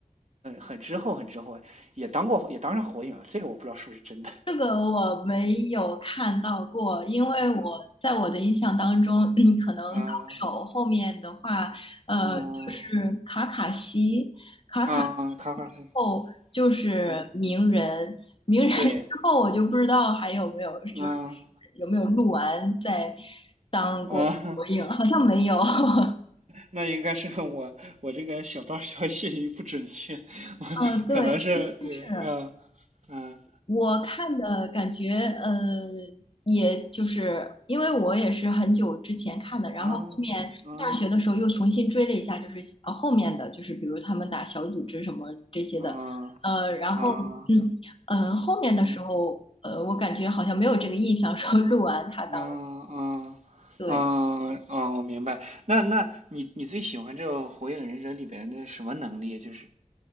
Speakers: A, on the right; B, on the left.
A: 很很之后很之后也当过也当上火影了，这个我不知道是不是真的。
B: 这个我没有看到过，因为我在我的印象当中，
A: 嗯
B: <clears throat> 可能高手后面的话，
A: 啊
B: 呃，
A: 嗯
B: 就是卡卡西，卡卡西之后就是鸣人，
A: 啊，卡卡西是
B: 鸣人 <laughs>
A: 对，
B: 之后我就不知道还有没有，就是
A: 啊
B: 有没有录完再当过火影，
A: 啊，<laughs>
B: 好像没有。<laughs>
A: 那应该是我我这个小道消息不准确，我可能是对，
B: 嗯，对。是。
A: 嗯嗯
B: 我看的感觉，呃，也就是因为我也是很久之前看的，然后后面大学的时候又重新追了一下，
A: 啊嗯
B: 就是呃后面的就是比如他们打小组织什么这些的，
A: 啊
B: 呃，然后嗯呃后面的时候，
A: 啊嗯
B: 呃，我感觉好像没有这个印象说鹿完他当了
A: 啊啊啊啊！
B: 对
A: 我明白。那那你你最喜欢这个《火影忍者》里边的什么能力？就是